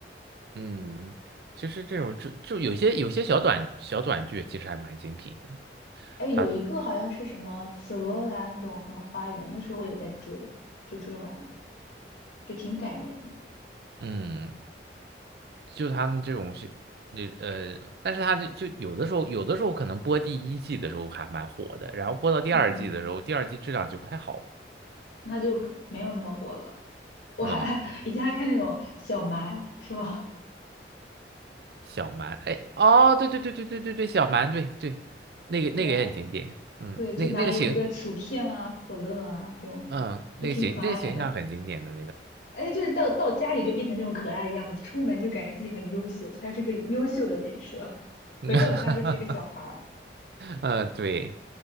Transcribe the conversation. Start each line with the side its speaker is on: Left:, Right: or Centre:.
Right: 嗯。其实这种就就有些有些小短小短剧，其实还蛮精品的。
Left: 哎，有一个好像是什么《紫罗兰永恒花园》，
Right: 他
Left: 那时候我也在追，就追完了，就挺感人的。
Right: 嗯，就他们这种是，那呃，但是他就就有的时候，有的时候可能播第一季的时候还蛮火的，然后播到第二季的时候，
Left: 嗯，
Right: 第二季质量就不太好了。
Left: 那就可没有那么火了。我还
Right: 嗯，
Left: <laughs>
Right: 对，
Left: 以前还看那种小埋，是吧？
Right: 小蛮，哎，哦，对对对对对对对，小蛮，对对，
Left: <laughs>
Right: 那个那个也很经典，
Left: 对啊，
Right: 嗯，
Left: 对，就拿着一个薯片啊、
Right: 那个那个形，
Left: 可乐啊这种，
Right: 嗯，
Left: 就挺可爱的。
Right: 那个形那个形象很经典的那个，
Left: 而且就是到到家里就变成这种可爱的样子，出门就感觉自己很优秀，他是个优秀的人设，回到家就是一个小孩儿，
Right: <laughs> 嗯，呃对，